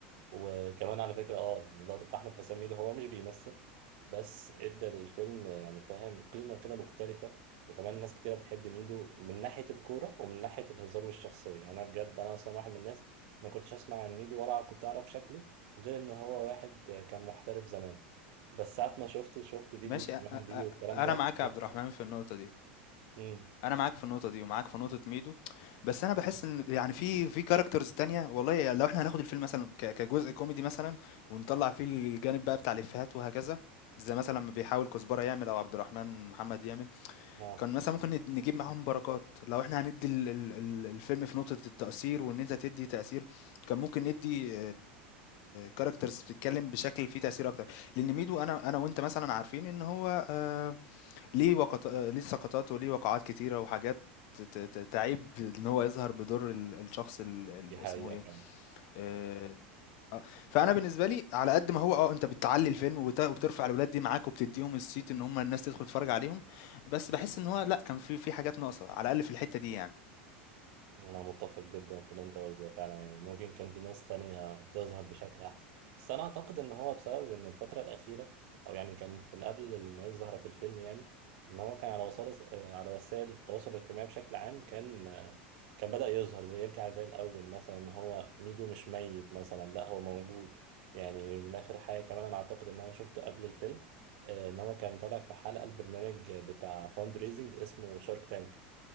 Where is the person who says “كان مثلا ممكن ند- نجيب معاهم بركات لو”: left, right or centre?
Left